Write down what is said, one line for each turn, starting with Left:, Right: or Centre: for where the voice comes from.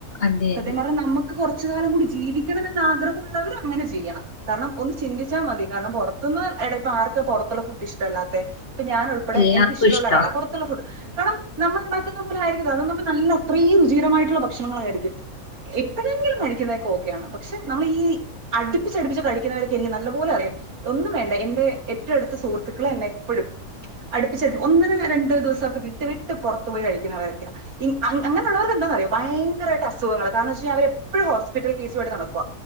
Left: അതെ
Right: സത്യം
Left: അതെ
Right: പറഞ്ഞ നമക്ക് കുറച്ചു കാലം കൂടി ജീവിക്കണമെന്ന് ആഗ്രഹമുള്ളവർ അങ്ങനെ ചെയ്യണം കാരണം ഒന്ന് ചിന്തിച്ചാൽ മതി കാരണം പുറത്തുന്ന് എടെ ഇപ്പം ആർ പുറത്തുള്ള ഫുഡ് ഇഷ്ടല്ലാെത്തെ ഇപ്പ ഞൻ ഉൾപ്പെടെ
Left: എല്ലാർക്കും
Right: എനിക്ക് ഇഷ്ടുള്ള
Left: ഇഷ്ട
Right: ഒരാളാണ് പുറത്തുള്ള ഫുഡ് കാരണം നമ്മൾ ഉണ്ടാക്കുന്ന പോലെ ആയിരിക്കും അല്ല അത് നല്ല അത്രയും രുചികരമായിട്ടുള്ള ഭക്ഷണങ്ങളായിരിക്കും എപ്പോഴെങ്കിലും മേടിക്കുന്നതേക്കെ ഓക്കെയാണ് പക്ഷെ നമ്മള് ഈ അടുപ്പിച്ചടിപ്പിച്ച് കഴിക്കുന്നവരക്ക് എനിക്ക് നല്ലപോലെ അറിയാം ഒന്നും വേണ്ട എന്റെ ഏറ്റവും അടുത്ത സുഹൃത്തുക്കൾ എന്നെ എപ്പോഴും അടുപ്പിച്ചടുപ്പി ഒന്നിന രണ്ടു ദിവസം ഒക്കെ വിട്ട് വിട്ട് പുറത്തു പോയി കഴിക്കുന്നവരൊക്കെയാ അങ്ങനെയുള്ളവർക്ക് എന്താന്ന്റിയ ഭയങ്കരട്ട് അസുഖങ്ങൾ കാരണം എന്തന്ന് വെച്ച് കഴിഞാൽ അവര് എപ്പഴും ഹോസ്പിറ്റൽ കേസ് ആയിട്ട് നടക്ക